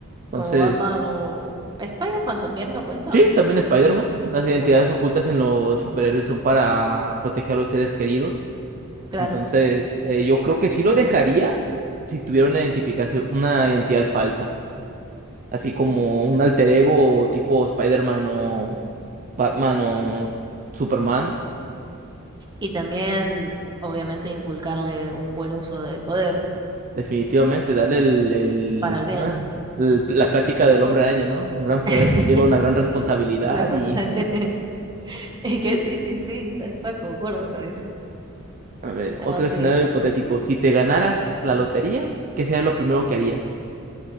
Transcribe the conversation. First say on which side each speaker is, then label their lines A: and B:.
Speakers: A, on the right; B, on the right.
A: Entonces,
B: Como Batman o Spider-Man también no cuenta.
A: sí, también Spider-Man. Las identidades
B: Ah,
A: ocultas en los superhéroes son para proteger a los seres queridos.
B: claro.
A: Entonces, eh, yo creo que sí lo dejaría si tuviera una identificación, una identidad falsa, así como un alter ego tipo Spider-Man o Batman o Superman.
B: Y también, obviamente, inculcarle un buen uso del poder
A: Definitivamente, darle el, el-
B: para el bien.
A: el- la plática del hombre araña, ¿no? Un gran poder
B: <laughs>
A: conlleva una gran responsabilidad
B: Eh, responsa-
A: y
B: <laughs> Es que sí, sí, sí, tal cual concuerdo con eso.
A: A ver,
B: No,
A: otro
B: sí,
A: escenario hipotético. Si te ganaras la lotería, ¿qué sería lo primero que harías?